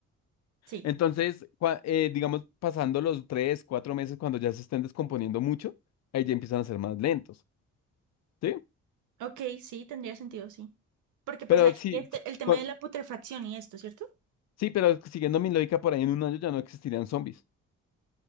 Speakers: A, on the right (about 80°); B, on the left (about 60°).
A: sí.
B: Entonces, cua- eh, digamos, pasando los tres, cuatro meses, cuando ya se estén descomponiendo mucho, ahí ya empiezan a ser más lentos, ¿sí?
A: Ok, sí, tendría sentido, sí. Porque pues
B: Pero
A: ahí
B: sí,
A: este,
B: sí,
A: el tema
B: por-
A: de la putrefacción y esto, ¿cierto?
B: sí, pero siguiendo mi lógica, por ahí en un año ya no existirían zombies,